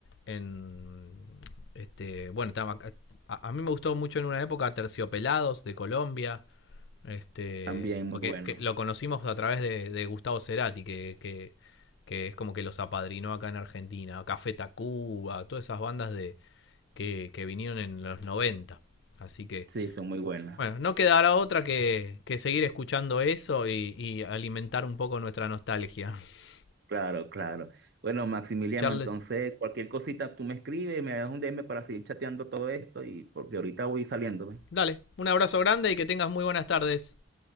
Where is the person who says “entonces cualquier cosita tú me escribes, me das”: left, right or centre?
Right